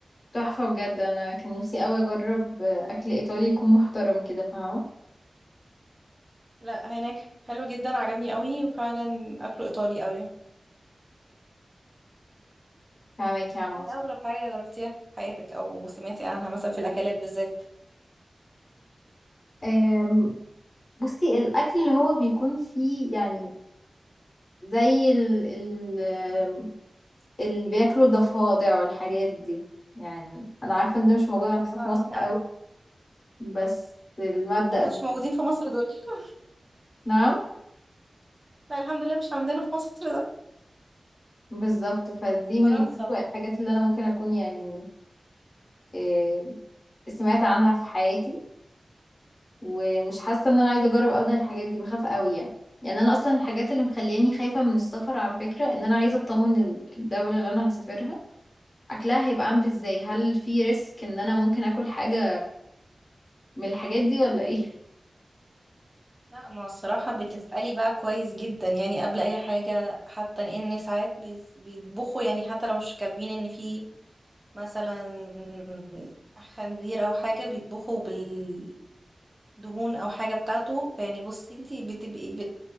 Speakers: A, on the left; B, on the right.
A: تحفة بجد انا كان نفسي قوي اجرب اكل ايطالي يكون محترم كده فاهمة
B: لا هناك حلو جدا عجبني قوي وفعلا اكله ايطالي قوي
A: فاهمك يا عم
B: ايه اغرب حاجه جربتيها في حياتك او سمعتي عنها مثلا في الاكلات بالذات
A: أم، بصي الأكل اللي هو بيكون فيه يعني زي ال ال أم، اللي بياكلوا ضفادع والحاجات دي يعني أنا عارفة إن ده مش موجود
B: اه
A: عندنا
B: ده صعبين
A: في مصر
B: قوي
A: قوي بس المبدأ
B: احنا
A: زي
B: مش موجودين
A: ده.
B: في مصر دول <laughs>
A: نعم
B: لا الحمد لله مش عندنا في مصر ده
A: بالظبط فدي من
B: فرنسا
A: أسوأ الحاجات اللي أنا ممكن أكون يعني أم، سمعت عنها في حياتي ومش حاسة إن أنا عايزة أجرب أبدا الحاجات دي بخاف قوي يعني يعني أنا أصلا الحاجات اللي مخلياني خايفة من السفر على فكرة إن أنا عايزة أطمن الدولة اللي أنا هسافرها اكلها هيبقى عامل ازاي هل في ريسك ان انا ممكن اكل حاجة من الحاجات دي ولا ايه
B: لا ما الصراحه بتسالي بقى كويس جدا يعني قبل اي حاجه حتى ان ساعات بيز- بيطبخوا يعني حتى لو مش كاتبين ان في مثلا خنزير او حاجه بيطبخوا بال دهون او حاجه بتاعته فيعني بصي انتي بتبقي